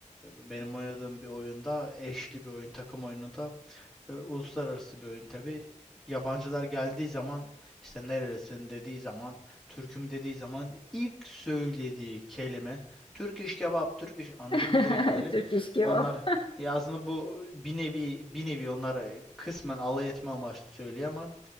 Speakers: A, in the centre; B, on the left.
A: benim oynadığım bir oyunda eşli bir oyun takım oyununda e, uluslararası bir oyun tabi. Yabancılar geldiği zaman işte nerelisin dediği zaman, Türk'üm dediği zaman ilk söylediği kelime Türk iş kebap, Türk iş anladım
B: <laughs>
A: direkt böyle.
B: Türk iş kebap.
A: Onlar ya aslında bu bir nevi bir nevi onlar e, kısmen alay etme amaçlı söylüyor ama